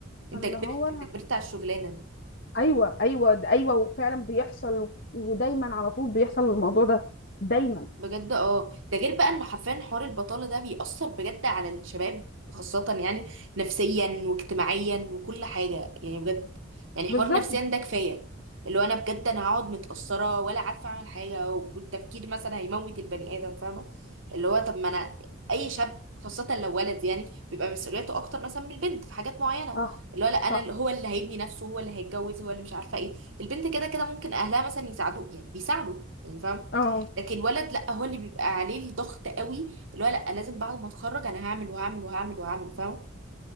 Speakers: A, on the right; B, on the left.
A: انت
B: فاللي
A: كبرت
B: هو
A: انت كبرت على الشغلانه
B: ايوه ايوه ده ايوه وفعلا بيحصل ودايما على طول بيحصل الموضوع ده دايما
A: بجد اه ده غير بقى ان حرفيا حوار البطالة ده بيأثر بجد على الشباب خاصة يعني نفسيا واجتماعيا وكل حاجة يعني بجد يعني
B: بالظبط
A: حوار نفسيا ده كفاية اللي هو انا بجد انا هقعد متأثرة ولا عارفة اعمل حاجة والتفكير مثلا هيموت البني آدم فاهمة اللي هو طب ما انا اي شاب خاصة لو ولد يعني بيبقى مسؤوليته اكتر مثلا من البنت في حاجات معينة
B: اه
A: اللي هو لا انا
B: صح
A: اللي هو اللي هيبني نفسه هو اللي هيتجوز هو اللي مش عارفة ايه البنت كده كده ممكن اهلها مثلا يساعدوه يعني بيساعدوا يعني فاهم
B: اه
A: لكن الولد لا هو اللي بيبقى عليه الضغط قوي اللي هو لا لازم بعد ما اتخرج انا هعمل وهعمل وهعمل وهعمل فاهمه